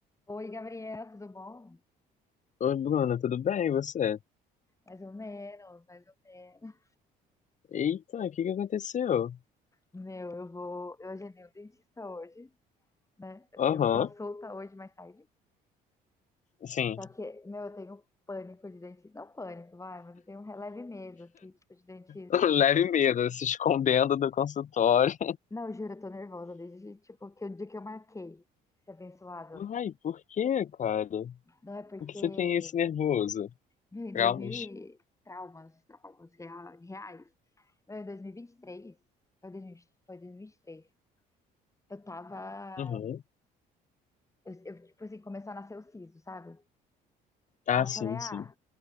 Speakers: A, on the left; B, on the left.
A: Oi, Gabriel, tudo bom?
B: Oi, Bruna, tudo bem? E você?
A: Mais ou menos, mais ou menos.
B: Eita, o que que aconteceu?
A: Meu, eu vou. Eu agendei o dentista hoje, né? Eu
B: Aham,
A: tenho consulta hoje mais tarde.
B: sim.
A: Só que, meu, eu tenho pânico de dentista. Não pânico, vai, mas eu tenho um releve medo, assim, tipo, de dentistas.
B: <laughs> Leve medo, se escondendo do consultório.
A: Não, eu juro, eu tô nervosa desde, tipo, que o dia que eu marquei. Esse abençoado.
B: Ai, por que, cara?
A: Não é porque,
B: Por que você tem esse nervoso?
A: meu, em
B: Traumas?
A: 2000 e... Traumas, traumas rea- reais. Meu, em 2023, foi 2020 foi 2023. Eu tava
B: Uhum.
A: Eu, eu, tipo assim, começou a nascer o siso, sabe?
B: Ah,
A: Aí eu
B: sim,
A: falei, ah,
B: sim.